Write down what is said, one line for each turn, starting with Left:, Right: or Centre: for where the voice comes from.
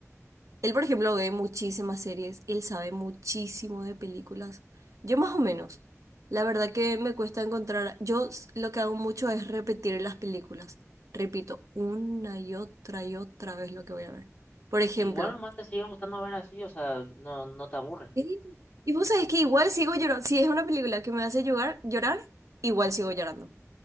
Right: Él, por ejemplo, ve muchísimas series, él sabe muchísimo de películas. Yo más o menos. La verdad que me cuesta encontrar, yo s- lo que hago mucho es repetir las películas. Repito una y otra y otra vez lo que voy a ver. Por ejemplo,
Left: Igual nomás te sigue gustando ver así, o sea, no, no te aburre.
Right: Sí. y vos sabés que igual sigo llorando, si es una película que me hace llorar, llorar, igual sigo llorando.